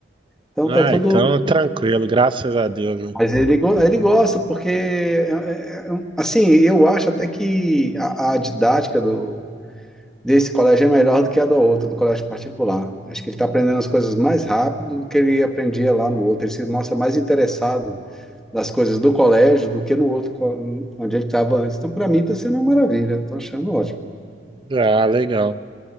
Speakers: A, in the centre; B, on the right.
A: Então,
B: Ah,
A: tá tudo
B: então tranquilo, graças a Deus. né?
A: Mas ele, go- ele gosta, porque, é- é- é um- assim, eu acho até que a, a didática do, desse colégio é melhor do que a do outro, do colégio particular. Acho que ele está aprendendo as coisas mais rápido do que ele aprendia lá no outro. Ele se mostra mais interessado nas coisas do colégio do que no outro, co- onde ele estava antes. Então, para mim, está sendo uma maravilha. Estou achando ótimo.
B: Ah, legal.